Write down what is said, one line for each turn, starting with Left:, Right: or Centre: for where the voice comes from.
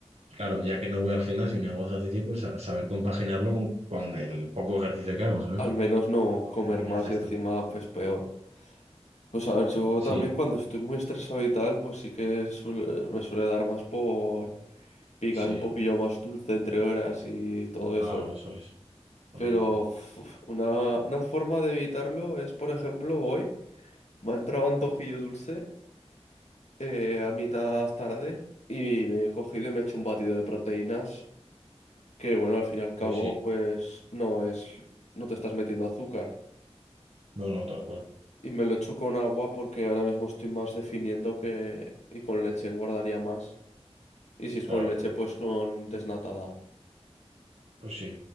Right: Claro, ya que no voy al gimnasio ni hago ejercicio, pues a saber compaginarlo con, con
Left: Sí,
Right: el poco ejercicio que hago, ¿sabes?
Left: Al menos no comer
Right: ¿Qué opinas
Left: más
Right: de esto?
Left: y encima, pues peor. Pues a ver, yo también
Right: Sí,
Left: cuando estoy muy estresado y tal, pues sí que suele- me suele dar más por picar
Right: sí,
Left: un poquillo más dulce entre horas y todo
Right: claro,
Left: eso.
Right: eso es. A
Left: Pero
Right: mí también.
Left: uf, una, una forma de evitarlo es, por ejemplo, hoy me ha entrado antojillo dulce eh, a mitad tarde y me he cogido y me he hecho un batido de proteínas que, bueno, al fin y al cabo,
Right: Pues sí,
Left: pues no es, no te estás metiendo azúcar.
Right: no, no, tal cual.
Left: Y me lo echo con agua porque ahora mismo estoy más definiendo que... Y con leche engordaría más. Y si es
Right: Claro,
Left: con leche, pues con desnatada.
Right: pues sí,